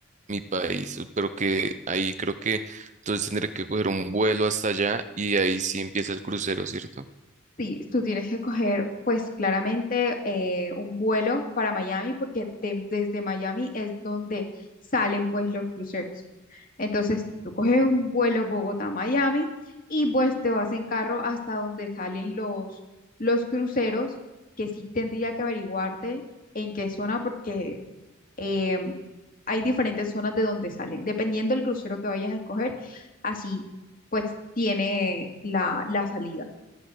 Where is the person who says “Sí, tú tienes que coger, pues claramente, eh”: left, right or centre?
Left